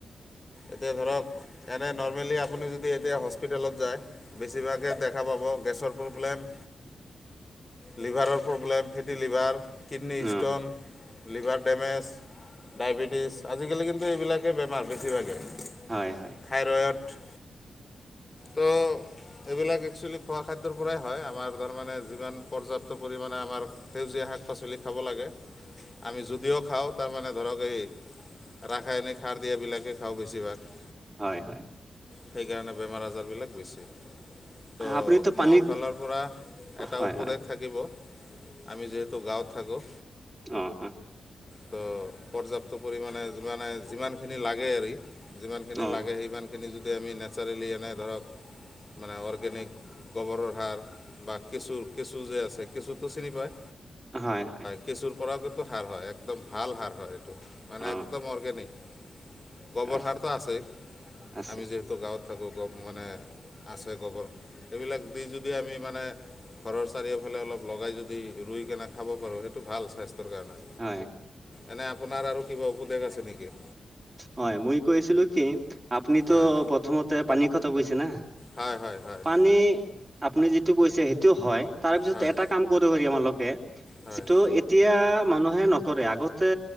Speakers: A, on the left (about 20°); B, on the right (about 20°).
A: এতিয়া ধৰক এনে নৰ্মেলি আপুনি যদি এতিয়া হস্পিটেলত যায় বেছিভাগে দেখা পাব গেছৰ প্ৰব্লেম লিভাৰৰ প্ৰব্লেম, ফেটি লিভাৰ, কিডনী
B: অ
A: ষ্টোন লিভাৰ ডেমেজ, ডায়েবেটিছ আজিকালি কিন্তু এইবিলাকেই বেমাৰ বেছিভাগেই
B: হয়, হয়।
A: থাইৰয়ড টো এইবিলাক একচুৱেলি খোৱা খাদ্যৰ পৰাই হয়, আমাৰ তাৰমানে যিমান পৰ্যাপ্ত পৰিমাণে আমাৰ সেউজীয়া শাক পাচলি খাব লাগে, আমি যদিও খাওঁ তাৰমানে ধৰক এই ৰাসায়নিক সাৰ দিয়াবিলাকে খাওঁ বেছিভাগ
B: হয়, হয়।
A: সেইকাৰণে বেমাৰ আজাৰবিলাক বেছি তো
B: আপুনিতো পানী
A: মোৰ ফালৰ পৰা এটা
B: হয়
A: উপদেশ
B: হয়
A: থাকিব আমি যিহেতু তো গাঁৱত থাকোঁ
B: অহ অ
A: তো পৰ্যাপ্ত পৰিমাণে যিমানে যিমানখিনি লাগে হেৰি, যিমানখিনি
B: অ
A: লাগে সিমানখিনি যদি আমি নেচাৰেলি এনে ধৰক মানে অৰ্গেনিক গোবৰৰ সাৰ বা কেঁচুৰ কেঁচু যে আছে কেঁচুটো চিনি পায়
B: হয়, হয়।
A: কেচুৰ পৰাও কিন্তু সাৰ হয়, একদম ভাল সাৰ হয় এইটো মানে
B: অ
A: একদম অৰ্গেনিক গবৰ
B: হয়
A: সাৰটো আছেই
B: আছে
A: আমি যিহেতু গাঁৱত থাকোঁ গব মানে আছে গোবৰ এইবিলাক দি যদি আমি মানে ঘৰৰ চাৰিওফালে অলপ লগাই যদি ৰুই কেনে খাব পাৰোঁ সেইটো ভাল স্বাস্থ্যৰ কাৰণে।
B: হয়।
A: এনে আপোনাৰ আৰু কিবা উপদেশ আছে নেকি?
B: হয়, মই কৈছিলো কি আপুনিতো
A: হয়
B: প্ৰথমতে পানী কথা কৈছে না
A: হয় হয় হয়
B: পানী আপুনি যিটো কৈছে সেইটো হয় তাৰপিছত
A: হয়
B: এটা কাম কত হৈ তোমালোকে
A: হয়
B: যিটো এতিয়া মানুহে নকৰে আগতে